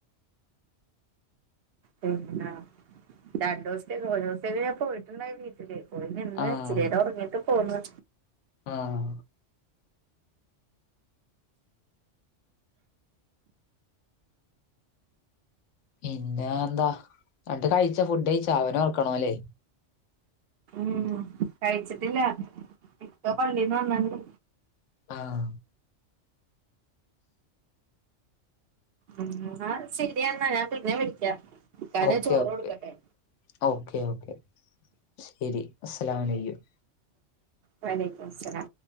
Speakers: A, on the right (about 60°); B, on the left (about 80°).
A: പിന്നെ രണ്ടു ദിവസത്തേക്ക് ഓരോത്തര് പോയിട്ടുണ്ടായി വീട്ടില് പോയി നിന്ന്
B: ആഹ്
A: ഇച്ചിരി നേരം ഒറങ്ങിട്ട് പോന്ന്
B: ആഹ് പിന്നെ എന്താ എന്നിട്ട് കഴിച്ചാ ഫുഡ് കഴിച്ചാ അവന ഒർക്കണോയില്ലേ
A: ഉം കഴിച്ചിട്ടില്ല ഇപ്പൊ പള്ളിന്ന് വന്നണ്ട്
B: ആഹ്
A: ഉം എന്നാ ശെരിയെന്നാ ഞാൻ പിന്നെ വിളിക്കാം ഇക്കാന്
B: ഓക്കെ
A: ചോറ്
B: ഓക്കെ
A: കൊടുക്കട്ടെ
B: ഓക്കെ ഓക്കെ ശരി അസ്ലാംഅലൈക്കും
A: വാലേക്കുമസ്സലാം